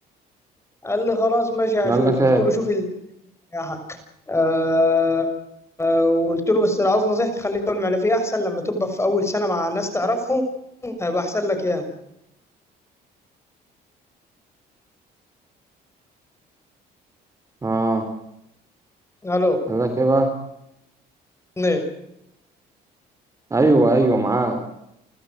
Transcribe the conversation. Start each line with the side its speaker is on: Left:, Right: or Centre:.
Left: قال لي خلاص ماشي هشوف
Right: قال لك
Left: قلت
Right: ايه
Left: له شوف ال- يا حق آه، وقلت له بس لو عاوز نصيحتي خليك في المعلفيه احسن لما تبقى في اول سنه مع ناس تعرفهم هيبقى احسن لك ياما
Right: اه
Left: الو
Right: قال لك ايه بقى
Left: نعم
Right: ايوه ايوه معاك